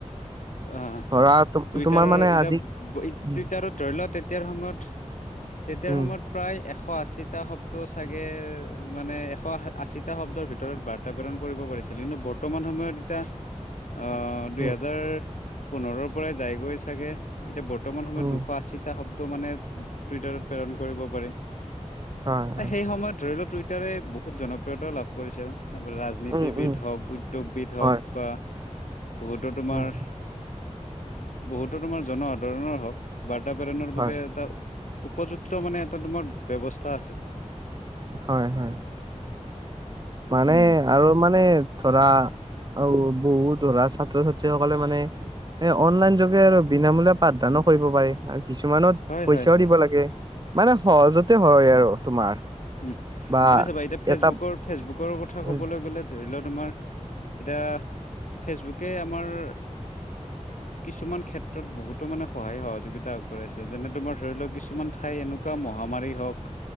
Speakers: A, on the left (about 90°); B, on the right (about 35°).
A: অ
B: ধৰা তো
A: টুইটাৰৰ
B: তোমাৰ মানে
A: ইজাপ।
B: আজি উম
A: টুইটাৰত ধৰি ল তেতিয়াৰ সময়ত তেতিয়াৰ
B: উম
A: সময়ত প্ৰায় এশ এশ আশীটা শব্দ চাগে মানে এশ আশীটা শব্দৰ ভিতৰত বাৰ্তা প্ৰেৰণ কৰিব পাৰিছ- ছিলো নো বৰ্তমান সময়ত এতিয়া। অ দুহেজাৰ
B: উম
A: পোন্ধৰৰ পৰাই যাই গৈ চাগে। এতিয়া বৰ্তমান সময়ত
B: উম
A: দুশ আশীটা শব্দ মানে টুইটাৰত প্ৰেৰণ কৰিব পাৰি। সেই
B: হয় হয়
A: সময়ত ধৰি লওঁক টুইটাৰে বহুত জনপ্ৰিয়তাও লাভ কৰিছে। হে বৰ ৰাজনীতিবিদ
B: উম উম
A: হওঁক উদ্যোগবিদ হওঁক
B: হয়
A: বা বহুতো তোমাৰ
B: উম
A: বহুতো তোমাৰ জনসাধাৰণৰ হওঁক। বাৰ্ত প্ৰেৰণৰ
B: হয়
A: বাবে এটা উপযুক্ত মানে এটা তোমাৰ ব্যৱস্থা আছিল।
B: হয় হয়। মানে
A: উম
B: আৰু মানে ধৰা আও বহুত ধৰা ছাত্ৰ -ছাত্ৰীসকলে মানে এ অনলাইন যোগে আৰু বিনামূলীয়া পাঠদা- দানো কৰিব পাৰি। কিছুমানত
A: হয়
B: পইচাও
A: হয় হয়
B: দিব লাগে, মানে সহজতে হয় আৰু তোমাৰ।
A: উ
B: বা
A: এতিয়া চাবা এতিয়া ফেচবুকৰ
B: এটা
A: ফেচবুকৰ কথা
B: উম
A: ক'বলৈ গ'লে ধৰি লোৱা তোমাৰ। এতিয়া ফেচবুকে আমাৰ
B: <inaudible>
A: কিছুমান ক্ষেত্ৰত বহুতো মানে সহায় সহযোগিতা আগবঢ়াইছে যেনে তোমাৰ ধৰি লোৱা কিছুমান ঠাই এনেকুৱা মহ- মহামাৰী হওঁক